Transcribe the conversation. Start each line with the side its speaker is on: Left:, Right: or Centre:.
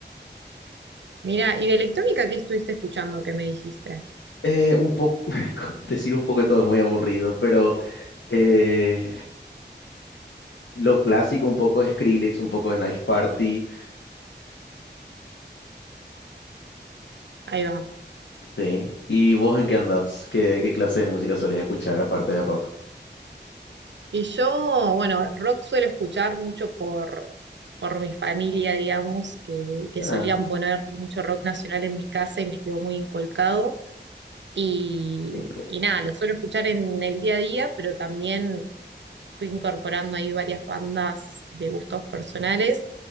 Right: Mira, ¿y de electrónica qué estuviste escuchando que me dijiste?
Left: Eh, un poco, <laughs> decir un poco de todo es muy aburrido, pero eh, lo clásico, un poco de Skrillex, un poco de Knife Party.
Right: Ahí va.
Left: Sí. ¿Y vos en qué andás? ¿Qué, qué clase de música solés escuchar aparte de rock?
Right: Y yo, bueno, rock suelo escuchar mucho por, por mi familia, digamos, que, que
Left: Ah,
Right: solían poner mucho rock nacional en mi casa y me quedó muy inculcado. Y,
Left: siempre.
Right: y nada, lo suelo escuchar en el día a día, pero también fui incorporando ahí varias bandas de gustos personales.